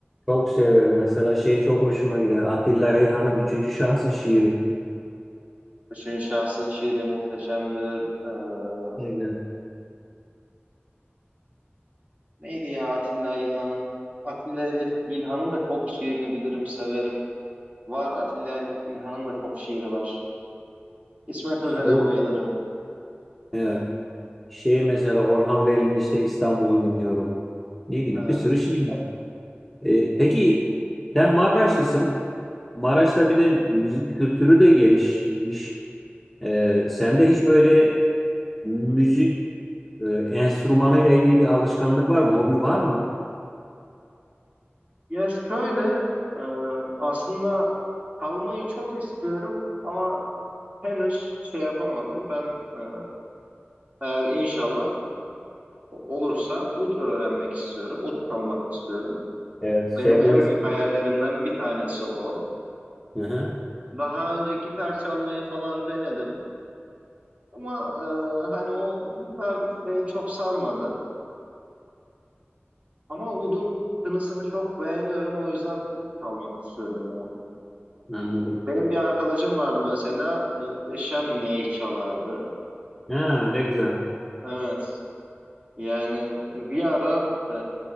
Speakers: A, in the centre; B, on the right.
A: çok severim. Mesela şey çok hoşuma gider. Atilla İlhan'ın üçüncü şahsın şiiri.
B: Üçüncü şahsın şiiri muhteşemdir. Ee,
A: Kesinlikle.
B: neydi ya Atilla İlhan'ın? Atilla İlhan'ın da çok şiirini bilirim, severim. Var Atilla İlhan'ın da çok şiiri var. İsmet
A: Şey,
B: Özel'e Evet. bayılırım.
A: evet. Şey mesela Orhan Veli'nin işte İstanbul'u dinliyorum. Ne bileyim
B: Evet.
A: bir sürü şey var. E, peki sen Maraşlısın. Maraş'ta
B: Hı
A: bir
B: hı.
A: de müzik kültürü de gelişmiş. E, sende hiç böyle müzik e, enstrümanıyla ilgili bir alışkanlık var mı? Hobi var mı?
B: Ya şöyle e, aslında kalmayı çok istiyorum ama henüz şey yapamadım. Ben e, eğer inşallah olursa ud öğrenmek istiyorum. Ud çalmak istiyorum.
A: Evet, sevdiğiniz.
B: Benim en büyük hayallerimden bir tanesi o.
A: Hı hı.
B: Daha önce gitar çalmayı falan denedim. Ama e, hani o gitar beni çok sarmadı. Ama udun tınısını çok beğeniyorum. O yüzden ud çalmak istiyorum ya.
A: Anladım.
B: Benim bir arkadaşım vardı mesela. Muhteşem ney çalardı.
A: Ha, ne güzel.
B: Evet. Yani bir ara e,